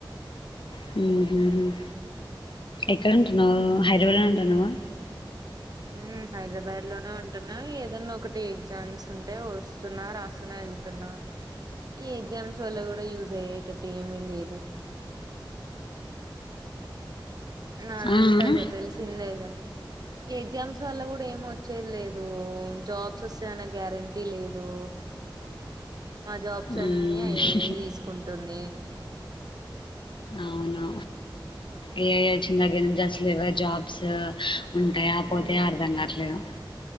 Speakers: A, on the left; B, on the right.
A: హు హు హుమ్ ఎక్కడ ఉంటున్నావ్ హైదరాబాద్లో ఉంటున్నావా
B: ఉమ్ హైదరాబాద్ లోనే ఉంటున్నా ఏదైన్నా ఒకటి ఎగ్జామ్స్ ఉంటే వస్తున్నా రాస్తున్నా వెతున్నా ఈ ఎగ్జామ్స్ వల్ల కూడా యూజ అయ్యేటట్టు ఏమీ లేదు నాన్
A: ఆ,
B: ఉంటా
A: ఆ?
B: తెలిసిందే కదా ఎగ్జామ్స్ వల్ల కూడా ఏమి వచ్చేది లేదు జాబ్స్ వస్తాయ్ అన్న గ్యారెంటీ లేదు
A: <inaudible>
B: మా జాబ్స్
A: ఉమ్,
B: అన్ని ఆ ఏ ఐ తీసుకుంటుంది
A: అవును ఏఐ వచ్చిన దగ్గర నుంచి అసలు ఎవర్ జాబ్స్ ఉంటాయి పోతాయా
B: ఉమ్
A: అర్ధం కాట్లేదు